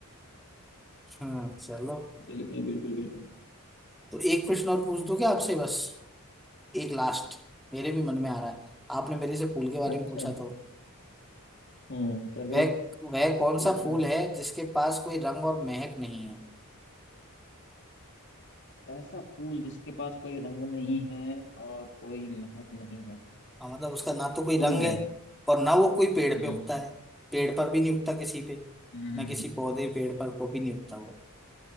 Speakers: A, in the centre; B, on the left (about 55°).
A: हम्म चलो
B: बिल्कुल बिल्कुल बिल्कुल
A: तो एक प्रश्न और पूछ दूं क्या आपसे बस एक लास्ट मेरे भी मन में आ रहा है आपने मेरे से फूल के बारे
B: अच्छा
A: में पूछा तो
B: हम्म चलिए
A: वह वह कौन
B: पूछिए
A: सा फूल है जिसके पास कोई रंग और महक नहीं है
B: ऐसा फूल जिसके पास कोई रंग नहीं है और कोई महक नहीं है
A: हाँ, मतलब उसका ना तो कोई
B: फूल
A: रंग है
B: है
A: और ना वो कोई पेड़
B: हम्म
A: पे उगता है पेड़ पर भी नहीं उगता किसी पे
B: हम्म
A: ना किसी पौधे पेड़ पर को भी नहीं उगता